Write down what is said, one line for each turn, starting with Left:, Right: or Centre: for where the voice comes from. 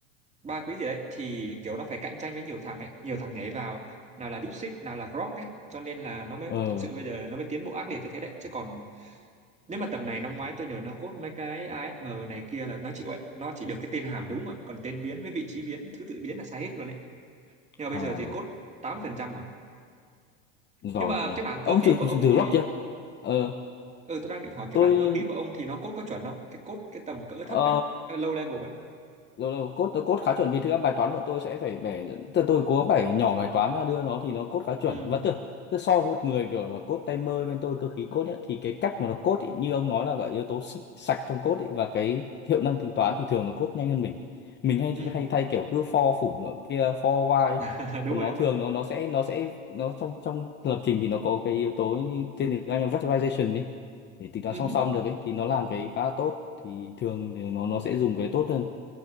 Right: ba quý gì đấy thì kiểu nó phải cạnh tranh với nhiều thằng ấy nhiều thằng nhảy vào nào là DeepSeek nào là Grok ấy cho nên là nó mới
Left: ờ
Right: thật sự bây giờ nó mới tiến bộ ác liệt như thế đấy chứ còn nếu mà tầm này năm ngoái tôi nhớ nó code mấy cái ASM này kia là nó chịu ấy nó chỉ được cái tên hàm đúng rồi còn tên biến với vị trí biến thứ tự biến là sai hết luôn đấy nhưng mà bây
Left: à
Right: giờ thì code 80% rồi
Left: giỏi
Right: nhưng mà
Left: nhỉ
Right: cái mảng cơ
Left: ông
Right: khí
Left: thử
Right: của
Left: thử,
Right: ông
Left: thử
Right: thì
Left: rock chưa ờ
Right: ừ tôi đang định hỏi cái
Left: tôi
Right: mảng cơ khí của ông thì nó cốt có chuẩn không cái cốt cái tầm cỡ
Left: ờ
Right: thấp ấy low level ấy
Left: lâu lâu code code khá chuẩn vì thực ra bài toán bọn tôi sẽ phải bẻ từ tôi cố gắng bẻ nhỏ bài toán ra đưa nó thì nó code khá chuẩn
Right: ừ
Left: và tưởng tức so với một người kiểu là code tay mơ bên tôi cơ khí code ấy, thì cái cách mà nó code ý, như ông nói là gọi yếu tố sạch, sạch trong code ý, và cái hiệu năng tính toán thì thường nó code nhanh hơn mình mình hay
Right: ừ
Left: hay thay kiểu cứ for phủng nó kia for while
Right: <laughs> đúng
Left: còn
Right: rồi
Left: nó
Right: đúng rồi
Left: thường nó nó sẽ nó sẽ nó trong trong lập trình thì nó có cái yếu tố như tên tiếng Anh là vectorization ấy để tính toán
Right: ừ.
Left: song
Right: hứ.
Left: song được ấy thì nó làm cái khá là tốt thì thường thì nó nó sẽ dùng cái tốt hơn